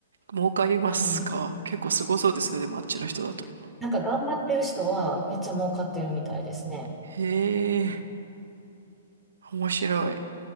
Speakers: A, on the right; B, in the centre.
A: 儲かりますか。
B: うん。
A: 結構すごそうですね、でもあっちの人だと。
B: なんか頑張ってる人はめっちゃ儲かってるみたいですね。
A: うんへえ、面白い。